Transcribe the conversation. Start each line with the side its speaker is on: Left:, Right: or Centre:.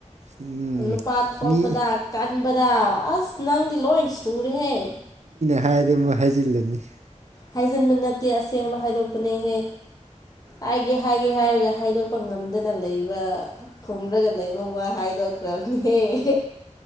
Right: ꯎꯝ
Left: ꯅꯨꯄꯥ ꯊꯣꯛꯄꯗ
Right: ꯃꯤ
Left: ꯀ ꯍꯟꯕꯗꯥꯎ ꯑꯁ ꯅꯪꯗꯤ ꯂꯣꯏ ꯁꯨꯔꯦꯍꯦ
Right: ꯍꯥꯏꯗꯤ ꯑꯃꯨꯛ ꯍꯥꯏꯖꯤꯜꯂꯅꯤ
Left: ꯍꯥꯏꯖꯤꯟꯕ ꯅꯠꯇꯦ ꯑꯁꯦꯡꯕ ꯍꯥꯏꯗꯣꯛꯄꯅꯦꯍꯦ ꯍꯥꯏꯒꯦ ꯍꯥꯏꯒꯦ ꯍꯥꯏꯔꯒ ꯍꯥꯏꯗꯣꯛꯄ ꯉꯝꯗꯅ ꯂꯩꯕ ꯈꯨꯝꯔꯒ ꯂꯩꯕ ꯋꯥ ꯍꯥꯏꯗꯣꯛꯈ꯭ꯔꯕꯅꯦ <inaudible>